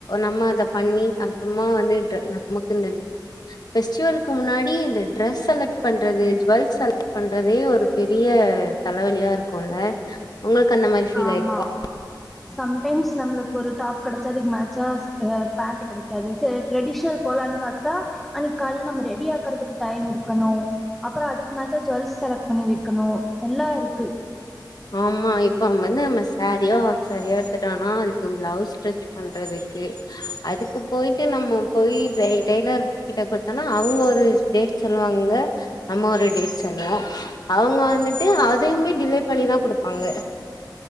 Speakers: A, on the left; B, in the centre.
A: நம்ம அத பண்ணி அப்றமா வந்து நமக்கு இந்த பெஸ்டிவலுக்கு முன்னாடி இந்த ட்ரெஸ் செலக்ட் பண்றது ஜுவெல்ஸ் செலக்ட் பண்றதே ஒரு பெரிய தலவலியா இருக்குல்ல உங்ளுக்கு அந்த மாரி ஃபீல்
B: ஆமா
A: ஆயிருக்க
B: சம்டைம்ஸ் நம்ளுக்கு ஒரு டாப் கெடச்சா அதுக் மேச்சா பேண்ட் கெடைக்காது சேர் ட்ரெடிஷனல் போலான்னு பாத்தா அன்னைக் கால்ல நம்ம ரெடி ஆக்குறதுக்கு டைம் இருக்கணு அப்புறோ அதுக்கு மேட்சா ஜுவெல்ஸ் செலெக்ட் பண்ணி வைக்கணு எல்லா இருக்கு
A: ஆமா இப்போ வந்து நம்ம சாரியோ ஹாப்ஃ சாரியோ கட்டோனா அதுக்கு பிளவுஸ் ஸ்ட்ரிச் பண்றதுக்கு அதுக்கு போயிட்டு நம் போய் டைலர் கிட்ட குடுத்தோனா அவங்க ஒரு டேட் சொல்லுவாங்க நம்ம ஒரு டேட் சொல்லுவோ அவங்க வந்து <inaudible> அதுமே டிலே பன்னிதா குடுப்பாங்க